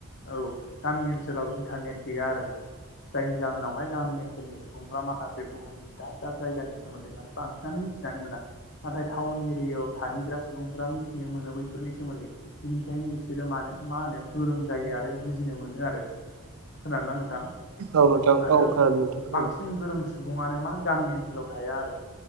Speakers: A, on the left; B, on the right.
A: औ गामि ओनसोलाव इन्टारनेट गैया आरो जायनि जाहोनावहाय गामि ओनसोलनि सुबुंफ्रा माखासे बुहुमनि दाब दाब जायगानि सोमोन्दै माने बांसिनानो मिथिनानै मोना नाथाय टाउन एरियायाव थाहैग्रा सुबुंफोरा मिथियो मिथिनो मोनो बैफोरनि सोमोन्दै बिनिखायनो बिसोरो मानो मा होनो गोरों जायो आरो बुजिनो मोनो आरो खोनादोंना नोंथां
B: औ नोंथां
A: आरो
B: औ खोनादों नोंथां खोनादों।
A: बांसिन गोरों सुबुङानो मा गामि ओनसोलाव थाया आरो